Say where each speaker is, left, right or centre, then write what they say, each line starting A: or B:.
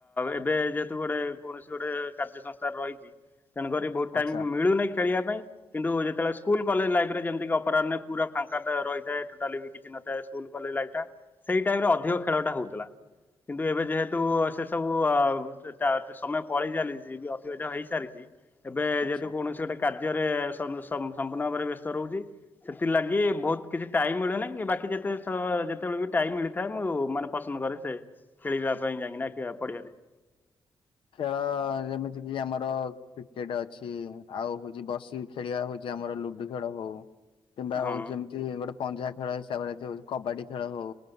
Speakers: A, on the left (about 20°); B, on the left (about 75°).
A: ଏବେ ଯେହେତୁ ଗୋଟେ କୌଣସି ଗୋଟେ କାର୍ଯ୍ୟ ସଂସ୍ଥା ରହିଛି ତେଣୁକରି। ବହୁତ
B: ଆଚ୍ଛା
A: ଟାଇମ ମିଳୁନାହିଖେଳିବା ପାଇଁ କିନ୍ତୁ ଯେତେବେଳେ ସ୍କୁଲ କଲେଜ ଲାଇ ଫ ରେ ଯେମିତି ଅପରାହ୍ନେ ପୁରା ଫାଙ୍କା ରହିଥାଏ ଟଟାଲି ବି କିଛି ନଥାଏ ସ୍କୁଲ କଲେଜ ଲାଇଫ ଟା। ସେଇ ଟାଇମ ରେ ଅଧିକ ଖେଳଟା ହଉଥିଲା। କିନ୍ତୁ ଏବେ ଯେହେତୁ ସେ ସବୁ ସମୟ ପଳେଇ ଚାଲିଚି ବି ଅତିବାହିଧ ହେଇସାରିଛି। ଏବେ
B: ଆଚ୍ଛା।
A: ଯେହେତୁ କୌଣସି ଗୋଟେ କାର୍ଯ୍ୟରେ ସମ୍ପୂର୍ଣ୍ଣ ଭାବରେ ବ୍ୟସ୍ତ ରହୁଛି। ସେଥିଲାଗି ବହୁତ କିଛି ଟାଇମ ମିଳୁନି କି ବାକି ଯେତେ ଯେତେବେଳେ ବି ଟାଇମ ମିଳିଥାଏ ମୁଁ ମାନେ ପସନ୍ଦ କରେ ସେ ଖେଳିବା ପାଇଁ ଯାଇକି ପଡ଼ିଆରେ।
B: ଖେଳ ଯେମିତି କିି ଆମର କ୍ରିକେଟ ଅଛି ଆଉ ହଉଛି ବସିି ଖେଳିବା ହଉଛି ଆମର ଲୁଡୁ ଖେଳ ହଉ। କିମ୍ବା
A: ହଁ
B: ହଉ ଯେମିତି ଗୋଟେ ପଞ୍ଜା ଖେଳ ହିସାବରେ ହଉ କବାଡି ଖେଳ ହଉ